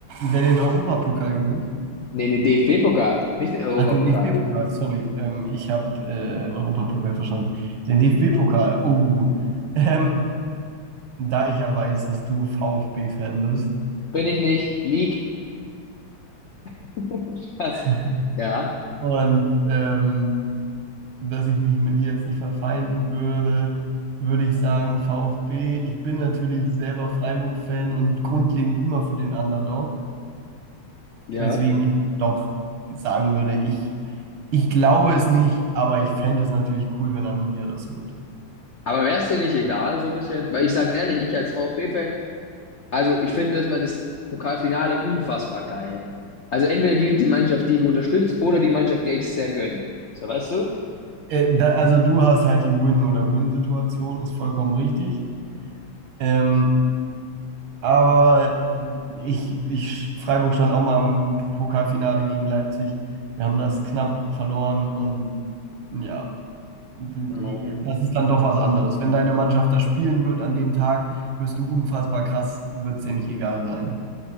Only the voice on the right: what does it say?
wer den Europapokal gewinnt,
ach, den DFB-Pokal, sorry, ähm, ich habe äh, Europapokal verstanden. Den DFB-Pokal, oh, ähm, da ich ja weiß, dass du VfB-Fan bist
<laughs>
und ähm, dass ich mich mit dir jetzt nicht verfeinden würde, würde ich sagen VfB. Ich bin natürlich selber Freiburg-Fan und grundlegend immer für den Underdog.
Weswegen ich doch sagen würde, ich, ich glaube es nicht, aber ich fände es natürlich cool, wenn Arminia das holt.
Äh, da, also du hast halt die Win- oder Win-Situation, ist vollkommen richtig. Ähm, aber ich, ich, Freiburg stand auch mal im Pokalfinale gegen Leipzig. Wir haben das knapp verloren und ja, das
ist dann doch was anderes. Wenn deine Mannschaft das spielen wird an dem Tag, wirst du unfassbar krass, wird es dir nicht egal sein.